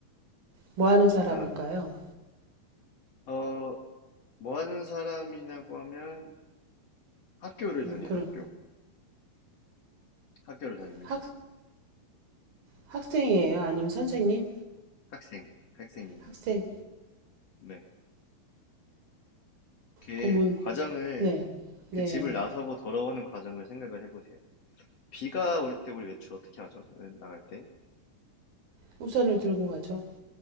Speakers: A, on the right; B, on the left.
A: 뭐 하는 사람일까요?
B: 사람, 어, 뭐 하는 사람이냐고 하면 학교를
A: 음,
B: 다녀요,
A: 그럼
B: 학교. 학교를 다닙니다.
A: 학, 학생이에요? 아니면 선생님?
B: 학생, 학생이에요.
A: 학생.
B: 네. 그
A: 그 문,
B: 과정을,
A: 네. 네.
B: 그 집을 나서고 돌아오는 과정을 생각을 해보세요. 비가 올 때 우리 외출 어떻게 하죠? 왜 나갈 때?
A: 우산을 들고 가죠.